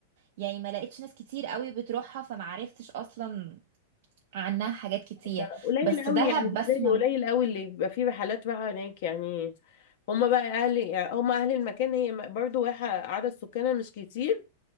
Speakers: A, on the right (about 60°); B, on the left (about 60°).
A: يعني ما لقيتش ناس كتير قوي بتروحها فما عرفتش اصلا عنها حاجات كتير
B: ده قليل
A: بس
B: قوي
A: دهب
B: يعني بتلاقي
A: بسمع
B: قليل قوي اللي بيبقى فيه رحلات رايحة هناك يعني هما بقى اهل يعني هما اهل المكان هي برضه واحة عدد سكانها مش كتير